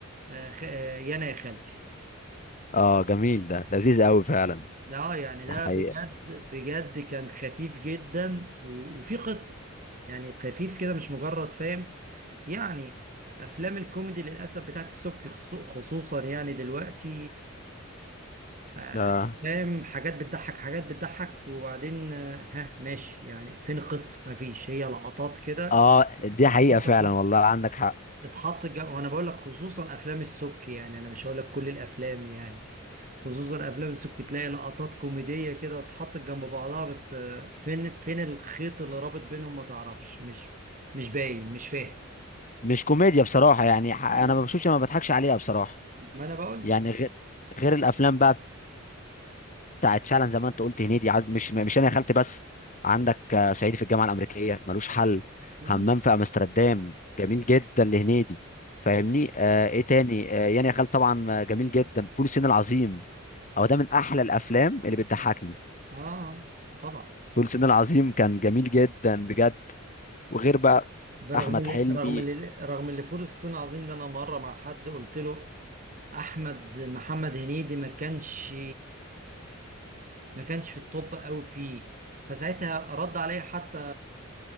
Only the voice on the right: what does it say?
آه، خ... آه، يانا يا خالتي
اه يعني ده
بجد بجد كان خفيف جدا و... وفي قصة يعني خفيف كده مش مجرد فاهم يعني افلام الكوميدي للاسف بتاعت السبكي خصو- خصوصا يعني دلوقتي آه،
فاهم حاجات بتضحك حاجات بتضحك وبعدين آه، ها ماشي يعني فين القصه مفيش هي لقطات كده
اتحط
اتحط جم- وانا بقول لك خصوصا افلام السبكي يعني انا مش هقول لك كل الافلام يعني خصوصا افلام السبكي تلاقي لقطات كوميديه كده اتحطت جنب بعضها بس آه، فين فين الخيط اللي رابط بينهم ما تعرفش مش مش باين مش فاهم
آه،
ما انا بقول
مم.
أيوة.
اه طبعا
برغم
اللي
رغم اللي رغم اللي فول الصين العظيم ده انا مره مع حد قلت له احمد محمد هنيدي ما كانش ما كانش في التوب قوي فيه فساعتها رد عليا حتى